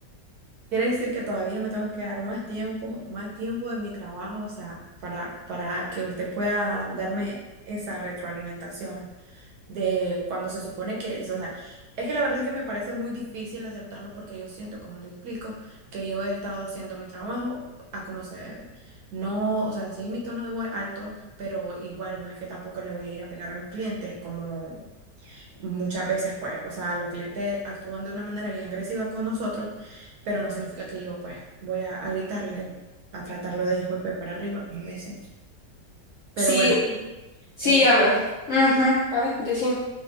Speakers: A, on the right; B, on the left.
A: quiere decir que todavía me tengo que dar más tiempo, más tiempo de mi trabajo, o sea, para, para que usted pueda darme esa retroalimentación. de cuando se supone que es, o sea, es que la verdad es que me parece muy difícil aceptarlo porque yo siento, como le explico, que yo he estado haciendo mi trabajo a como se debe. No, o sea, sí, mi tono de voz alto, pero igual no es que tampoco le voy a ir a pegar a los clientes, como muchas veces, pues, o sea, los clientes actúan de una manera bien agresiva con nosotros, pero no significa que yo, pues, voy a, a gritarle, a tratarlo de hijo de pe para arriba, como dicen. Pero
B: Sí,
A: bueno.
B: sí,
A: eh,
B: a ver. Ujú, A ver, decime.